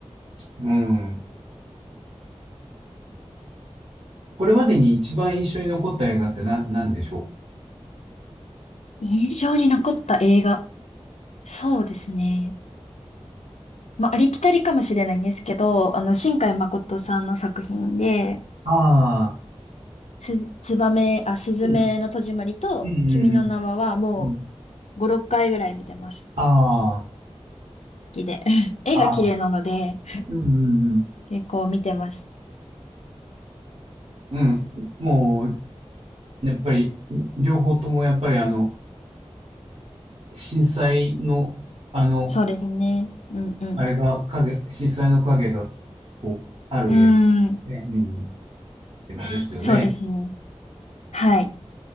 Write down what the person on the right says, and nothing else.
うん。これまでに一番印象に残った映画ってな、何でしょ
うああ、
うん。うんうん
うん。うん。
あ
あ、ああ、うんうん
うん。うん。もう、やっぱり、両方ともやっぱりあの、震災の、あの、
あれが影、震災の影が、こう、ある映画、
ね、うん、映画ですよね。